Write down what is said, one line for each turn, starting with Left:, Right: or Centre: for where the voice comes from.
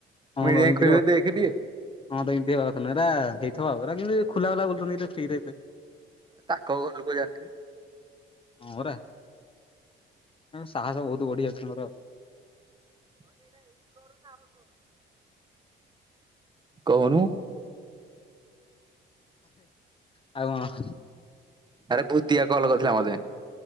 Left: ହଁ
Right: ମୁଇଁ
Left: ତ
Right: ଯାଇ
Left: ଏମିତିରେ
Right: କହିବି ଦେଖେ ଟିଏ।
Left: ହଁ ତ ଏମିତି ହେଇାର କଥାଁରା ହେଇଥିବ ଆଉ କି ଖୋଲାବୁଲା ବୁଲୁଛନ୍ତି ଫିରେ
Right: ତାଙ୍କ ଘର ଲୋକ ଯାଣିଥିବେ।
Left: ହଁ ପରା ସାହସ ବହୁତ ବଢିଆ ଅଛି ମୋର।
Right: ମ ଏଇା ଏଇ୍ୋର ଆର୍ଲୋ। କହୁନୁ।
Left: ଆଉ କଣ?
Right: ଆରେ ଭୁତିଆ କଲ୍ କରିଥିଲା ମୋତେ।